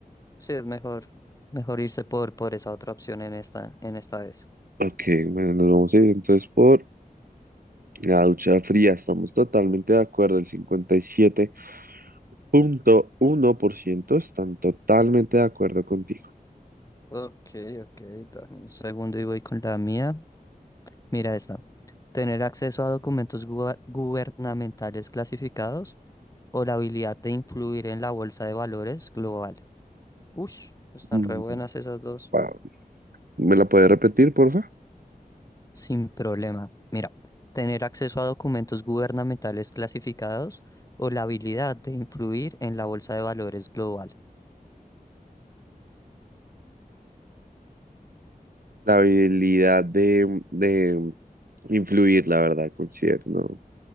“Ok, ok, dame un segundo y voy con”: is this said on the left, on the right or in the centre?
Left